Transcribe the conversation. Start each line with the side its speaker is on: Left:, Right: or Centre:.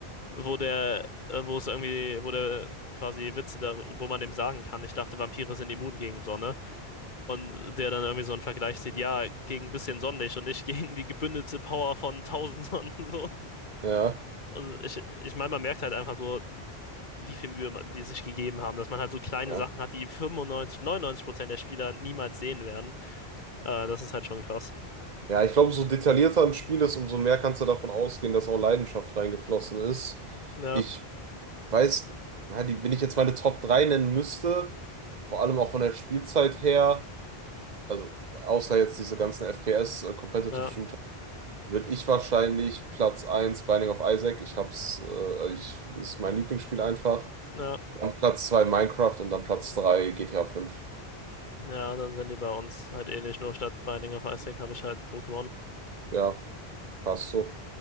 Left: wo der, äh, wo es irgendwie, wo der quasi Witze da, wo man dem sagen kann, ich dachte, Vampire sind immun gegen Sonne. Und der dann irgendwie so einen Vergleich zieht, ja, gegen ein bisschen Sonnenlicht und ich <laughs> gegen die gebündelte Power von tausend Sonnen. So.
Right: Ja.
Left: Also ich, ich meine, man merkt halt einfach so, wie viel Mühe man, die sich gegeben haben, dass man halt so kleine
Right: Ja.
Left: Sachen hat, die 95, 99 Prozent der Spieler niemals sehen werden. Äh, das ist halt schon krass.
Right: Ja, ich glaube, so detaillierter ein Spiel ist, umso mehr kannst du davon ausgehen, dass auch Leidenschaft reingeflossen ist.
Left: Ja,
Right: Ich weiß, ja, die, wenn ich jetzt meine Top 3 nennen müsste, vor allem auch von der Spielzeit her, also außer jetzt diese ganzen FPS, äh, Competitive
Left: ja,
Right: Shooter, würde ich wahrscheinlich Platz eins Binding of Isaac, ich hab's, äh, ich, ist mein Lieblingsspiel einfach,
Left: ja.
Right: dann Platz 2 Minecraft und dann Platz 3 GTA 5.
Left: Ja, dann sind die bei uns halt ähnlich, nur statt Binding of Isaac habe ich halt Pokémon.
Right: Ja, passt so.